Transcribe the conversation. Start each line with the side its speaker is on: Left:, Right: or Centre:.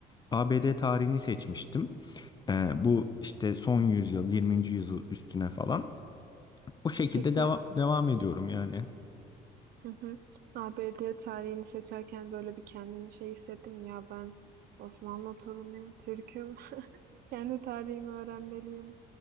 Left: ABD tarihini seçmiştim. E, bu işte son yüzyıl, 20. yüzyıl üstüne falan. Bu şekilde
Right: Peki
Left: deva- devam ediyorum yani.
Right: Hı hı. ABD tarihini seçerken böyle bir kendini şey hissettim ya ben Osmanlı torunuyum, Türk'üm, <laughs> kendi tarihimi öğrenmeliyim